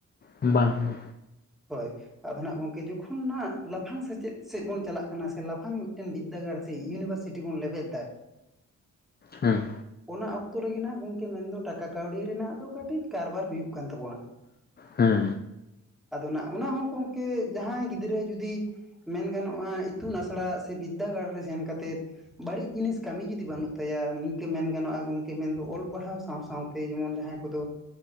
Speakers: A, on the left; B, in the centre.
A: ᱵᱟᱝ ᱜᱮ
B: ᱦᱳᱭ ᱟᱫᱚ ᱱᱷᱟᱜ ᱜᱚᱝᱠᱮ ᱡᱚᱠᱷᱚᱱ ᱱᱷᱟᱜ <unintelligible> ᱞᱟᱯᱷᱼᱼ ᱞᱟᱯᱷᱟᱝ ᱥᱮᱪᱮᱫ ᱥᱮᱫ ᱵᱚᱱ ᱪᱟᱞᱟᱜ ᱠᱟᱱᱟ ᱥᱮ ᱞᱟᱯᱷᱟᱝ ᱢᱤᱫᱴᱮᱱ ᱵᱤᱫᱽᱫᱟᱹᱜᱟᱲ ᱥᱮ ᱤᱭᱩᱱᱤᱵᱷᱟᱨᱥᱤᱴᱤ ᱵᱚᱱ ᱞᱮᱵᱮᱫ ᱮᱫᱟ।
A: ᱦᱮᱸᱻ
B: ᱚᱱᱟ ᱚᱠᱛᱚ ᱨᱮᱜᱮ ᱱᱷᱟᱜ ᱜᱚᱝᱠᱮ ᱢᱮᱱᱫᱚ ᱴᱟᱠᱟ ᱠᱟᱹᱣᱰᱤ ᱨᱮᱱᱟᱜ ᱫᱚ ᱠᱟᱹᱴᱤᱡ ᱠᱟᱨᱵᱟᱨ ᱦᱩᱭᱩᱜ ᱠᱟᱱ ᱛᱟᱵᱚᱱᱟ।
A: ᱦᱮᱸᱻ
B: ᱟᱫᱚ ᱱᱟᱜ ᱚᱱᱟ ᱦᱚᱸ ᱜᱚᱝᱠᱮ ᱡᱟᱦᱟᱸᱭ ᱜᱤᱫᱽᱨᱟᱹ ᱡᱩᱫᱤ ᱢᱮᱱ ᱜᱟᱱᱚᱜᱼᱟ ᱤᱛᱩᱱ ᱟᱥᱲᱟ ᱥᱮ ᱵᱤᱫᱽᱫᱟᱹᱜᱟᱲ ᱨᱮ ᱥᱮᱱ ᱠᱟᱛᱮᱫ ᱵᱟᱹᱲᱤᱡ ᱡᱤᱱᱤᱥ ᱠᱟᱹᱢᱤ ᱡᱩᱫᱤ ᱵᱟᱹᱱᱩᱜ ᱛᱟᱭᱟ ᱱᱤᱝᱠᱟᱹ ᱢᱮᱱ ᱜᱟᱱᱚᱜᱼᱟ ᱜᱚᱝᱠᱮ ᱢᱮᱱᱫᱚ ᱚᱞ ᱯᱟᱲᱦᱟᱣ ᱥᱟᱶ ᱥᱟᱶᱼᱼ ᱛᱮ ᱡᱮᱢᱚᱱ ᱡᱟᱦᱟᱸᱭ ᱠᱚᱫᱚ